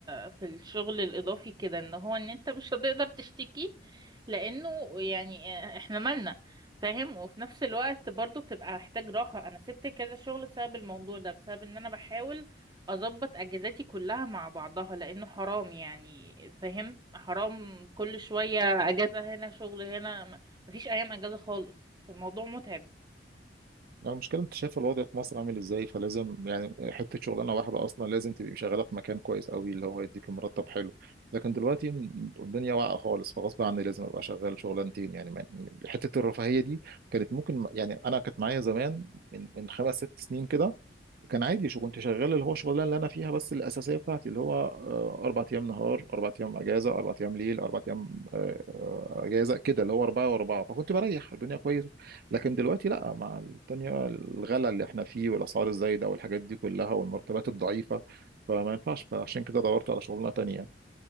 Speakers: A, on the right (about 25°); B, on the right (about 60°).
A: في الشغل الإضافي كده إن هو إن أنت مش هتقدر تشتكي لأنه يعني إحنا مالنا فاهم وفي نفس الوقت برضو بتبقى محتاج راحة أنا سبت كذا شغل بسبب الموضوع ده بسبب إن أنا بحاول أظبط أجازاتي كلها مع بعضها لأنه حرام يعني فاهم حرام كل شوية أجازة هنا شغل هنا م- مفيش أيام أجازة خالص الموضوع متعب
B: لا، المشكلة انت شايف الوضع في مصر عامل ازاي فلازم يعني حتة شغلانة واحدة اصلا لازم تبقي شغالة في مكان كويس قوي اللي هو يديك مرتب حلو لكن دلوقتي الدنيا واقعة خالص فغصب عني لازم ابقى شغال شغلانتين يعني من- حتة الرفاهية دي كانت ممكن يعني انا كانت معايا زمان من من خمس ست سنين كده كان عادي شو كنت شغال اللي هو شغلانه اللي انا فيها بس الاساسيه بتاعتي اللي هو آه، اربع ايام نهار اربع ايام اجازه اربع ايام ليل اربع ايام آه، آه، اجازه كده اللي هو اربعه واربعه فكنت بريح الدنيا كويسه لكن دلوقتي لا مع الدنيا الغلا اللي احنا فيه والاسعار الزايده والحاجات دي كلها والمرتبات الضعيفه فما ينفعش فعشان كده دورت على شغلانه تانية